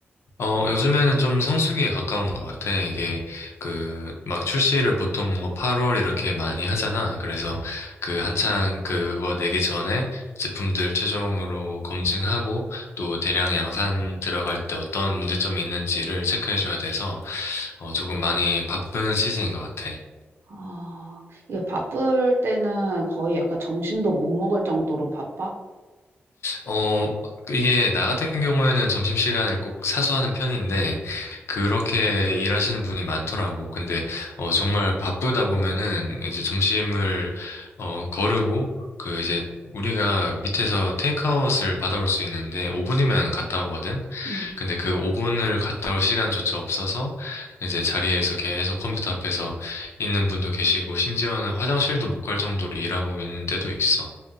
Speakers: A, on the left (about 80°); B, on the right (about 65°).
A: 어, 요즘에는 좀 성수기에 가까운 것 같아. 이게, 그, 막 출시를 보통 뭐 8월 이렇게 많이 하잖아. 그래서 그 한창 그거 내기 전에 제품들 최종으로 검증하고 또 대량 양산 들어갈 때 어떤 문제점이 있는지를 체크해줘야 돼서 어, 조금 많이 바쁜 시즌인 것 같아.
B: 아 이게 바쁠 때는 거의 약간 점심도 못 먹을 정도로 바빠?
A: 어, 이게 나 같은 경우에는 점심시간을 꼭 사수하는 편인데, 그렇게 일하시는 분이 많더라고. 근데, 어, 정말 바쁘다 보면은, 이제 점심을, 어, 거르고, 그 이제 우리가 밑에서 테이크아웃을 받아올 수 있는데 5분이면 갔다 오거든.
B: 음.
A: 근데 그 5분을 갔다 올 시간조차 없어서 이제 자리에서 계속 컴퓨터 앞에서 있는 분도 계시고 심지어는 화장실도 못 갈 정도로 일하고 있는 때도 있어.